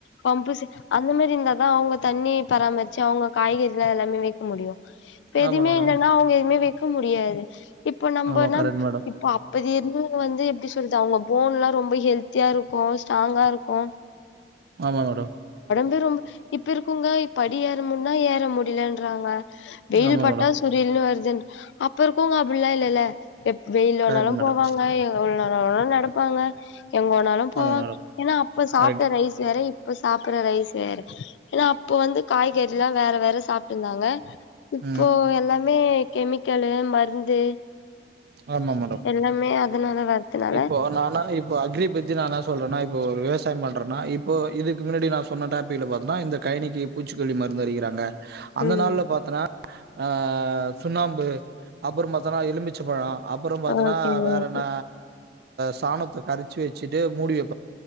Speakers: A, on the left; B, on the right.
A: பம்புசெ அந்த மேரி இருந்தாதா அவுங்க தண்ணி பராமர்ச்சு அவுங்க காய்கறிலா எல்லாமே வெக்க முடியோ இப்ப எதுமே
B: ஆமா மேடம்
A: இல்லன்னா அவுங்க எதுமே வெ க்கு முடியாது இப்போ நம்பனா
B: ஆமா கரெக்ட் மேடம்
A: இப்ப அப்பதே இருந்தவங்க வந்து எப்டி சொல்றது அவுங்க போன்லா ரொம்ப ஹெல்த்தியா இருக்கோ ஸ்ட்ராங்கா இருக்கோ.
B: ஆமா மேடம்
A: இப்பவே ரொம்ப இப்ப இருக்குங்க இப் படி ஏற முடினா ஏற முடியுலன்றாங்க வெயில்
B: ஆமா
A: பட்டா
B: மேடம்
A: சுரீல்னு வருத் தென் அப்ப இருக்கோங்க அப்டீல்லா இல்லல்ல வெயில்
B: கரெக்ட்
A: ஓனாலோ
B: மேடம்
A: போவாங்க எங்க வேணாலோ நாங்களோ நடப் ப்பாங்க எங்கவோனாலோ போவாங்க
B: ஆமா மேடம்
A: ஏனா அப்ப சாப்ட்ட
B: கரெக்ட்
A: ரைஸ் அதோ இப்ப சாப்படுற ரைஸ் வேற ஏனா அப்ப வந்து காய் கேட்டுலா வேற வேற சாப்ட்ருந்தாங்க ங்க இப்போ
B: ம்
A: எல்லா மே கெமிக்கலு மருந்து
B: ஆமா மேடம்
A: எல்லாமே அதனால வரதுனால
B: இப்போ நானா இப்போ அக்ரி பத்தி நானா சொல்றன்னா இப்போ ஒரு விவசாயம் பண்றனா இப் இப்போ இதுக்கு முன்னாடி நா சொன்ன டாபிக்ல பாத்தின்னா இந்த கைனிக்கு பூச்சிக்கொல்லி மருந்து அடிக்கிறாங்க அந்த
A: ம்
B: நாள்ல பாத்தனா ஆ சுண்ணாம்பு அப்புறம் பாத்தனா எலுமிச் ச்சப்பழ அப்புறம் பாத்தனா
A: ஓகே
B: வேற
A: ஓகே
B: என்ன சாணத்தை கரச்சு வெச்சிட்டு மூடி வை